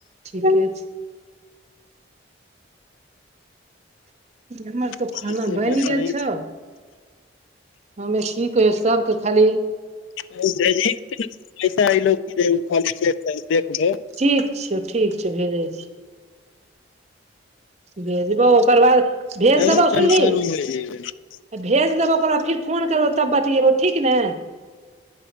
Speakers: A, on the right; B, on the left.
A: ठीके छैय। एमर तो
B: तब
A: खाना बैन
B: बताही
A: गेल छौ। हमे की कहै सबके खाली
B: <unintelligible>
A: ठीक छौ ठीक छौ भेजै छी। भेजबौ ओकर बाद भेज
B: तहन
A: देबौ सुनही
B: <unintelligible>
A: भेज देबौ ओकर बाद फीर फोन करबौ तब बतियैबौ ठीक ने?